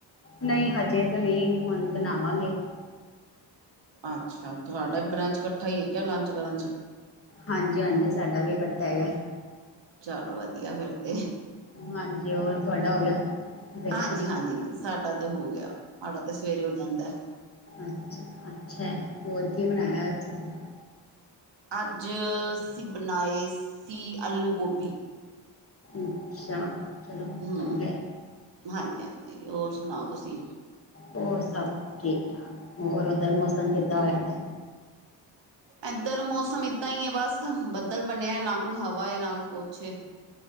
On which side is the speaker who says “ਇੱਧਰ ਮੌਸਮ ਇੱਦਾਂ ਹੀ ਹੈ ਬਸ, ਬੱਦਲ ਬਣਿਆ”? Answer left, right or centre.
Right